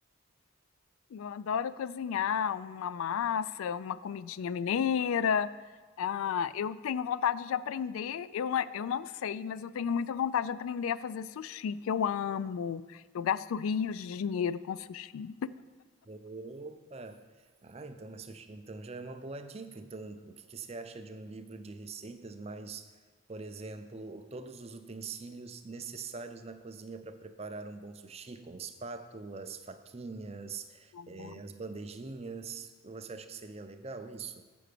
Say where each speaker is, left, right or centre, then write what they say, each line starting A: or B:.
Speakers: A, on the left; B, on the right.
A: Eu adoro cozinhar uma massa, uma comidinha mineira. Ah, eu tenho vontade de aprender. Eu, não- é, eu não sei, mas eu tenho muita vontade de aprender a fazer sushi, que eu amo. Eu gasto rios de dinheiro com sushi.
B: Opa! Ah, então, mas sushi, então já é uma boa dica. Então, o que que você acha de um livro de receitas mais, por exemplo, todos os utensílios necessários na cozinha para preparar um bom sushi, com espátulas, faquinhas,
A: <laughs>
B: eh, as bandejinhas? Você acha que seria legal isso?